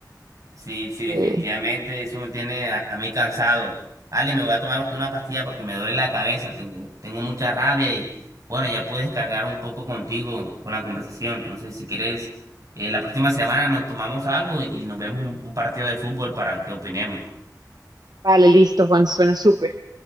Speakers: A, on the right (about 50°); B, on the right (about 70°).
A: Sí, sí, definitivamente
B: sí.
A: eso me tiene a, a mí cansado. Ale, me voy a tomar una pastilla porque me duele la cabeza, tengo, tengo mucha rabia y bueno, ya pude descargar un poco contigo con la conversación. Entonces, si quieres, eh, la próxima semana nos tomamos algo y nos vemos un, un partido de fútbol para que opinemos.
B: Vale, listo, Juan, suena súper.